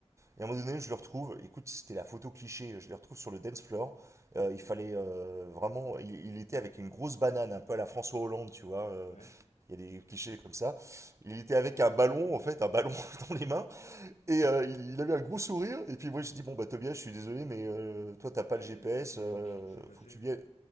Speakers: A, on the right (about 25°); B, on the left (about 85°).
A: Et à un moment donné, je le retrouve. Écoute, c'était la photo cliché. Je le retrouve sur le dance floor.
B: avec...
A: Euh, il
B: euh,
A: fallait euh, vraiment. Il, il était avec une grosse banane, un peu à la François Hollande, tu vois. euh,
B: Ouais,
A: Il y a des clichés comme ça. Il était avec un ballon, en fait, un ballon <laughs> dans les mains. Et euh, il, il avait un gros sourire. Et puis moi, je dis bon bah Tobias, je suis désolé, mais euh, toi t'as pas
B: ouais,
A: le GPS.
B: et, et qu'est-
A: euh,
B: donc, qu'est-ce qui s'est passé?
A: faut que tu viennes.